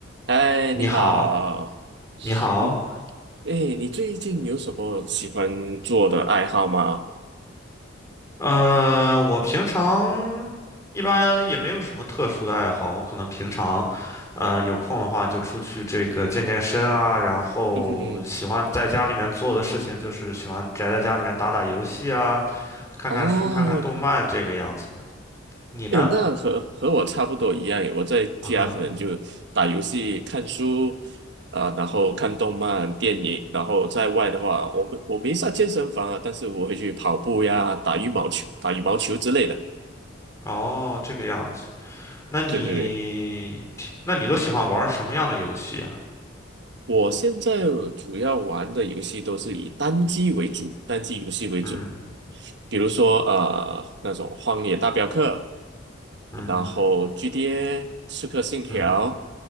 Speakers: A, on the right; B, on the left.
A: 嗨，
B: 你好，
A: 你好，
B: 你好，
A: 嗯，哎，你最近有什么喜欢做的爱好吗？
B: 呃，我平常一般也没有什么特殊的爱好，我可能平常，呃，有空的话就出去这个健健身啊，然后喜欢在家里面做的事情就是喜欢宅在家里面打打游戏啊，
A: 嗯哼哼，
B: 看看书，
A: 哦，
B: 看看动漫这个样子。你呢？
A: 哎，那和和我差不多一样诶，我在家可能就打游戏、
B: 嗯哼，
A: 看书，啊、然后看动漫、电影，然后在外的话，我们我没上健身房啊，但是我会去跑步呀、打羽毛球、打羽毛球之类的。
B: 哦，这个样子，那你，
A: 对对对，
B: 那你都喜欢玩什么样的游戏啊？
A: 我现在主要玩的游戏都是以单机为主，单机游戏为主。
B: 嗯
A: 比如说呃那种《荒野大镖客》，
B: 嗯嗯
A: 然后《GTA》《刺客信条》，
B: 嗯